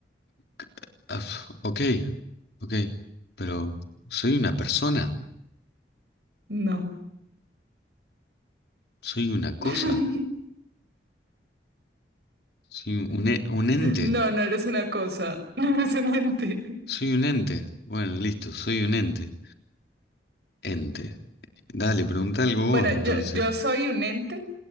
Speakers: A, on the left (about 65°); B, on the right (about 70°).
A: c- ah, ok, Ok, pero soy una persona,
B: no.
A: soy una cosa,
B: <laughs>
A: soy un, e- un ente,
B: No, no eres una cosa, <laughs> no eres un ente.
A: soy un ente. Bueno, listo, soy un ente. Ente. Dale, pregunta algo
B: Bueno,
A: vos entonces.
B: yo, yo soy un ente,